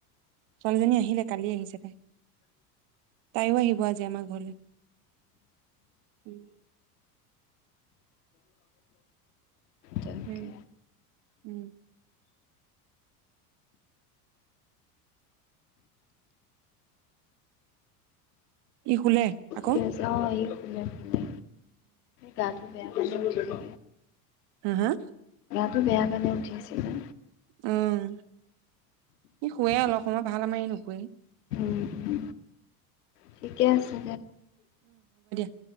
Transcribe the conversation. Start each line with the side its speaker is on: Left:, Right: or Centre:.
Right: ছোৱালীজনী আহিলে কালি আহিছে তাই তাইও আহিব আজি আমাৰ ঘৰলৈ উ
Left: তাকে
Right: উম উম ই শুলে আকৌ
Left: কিছ অ ই শুলে শুলে গাটো বেয়া অ
Right: হা হা
Left: গাটো বেয়া কাৰণে উঠি আছিলো
Right: উম সি শুৱোই
Left: ঠিক
Right: অলপ সময় ভাল মাৰি নোশুৱেই
Left: উম উম ঠিকে আছে
Right: নাই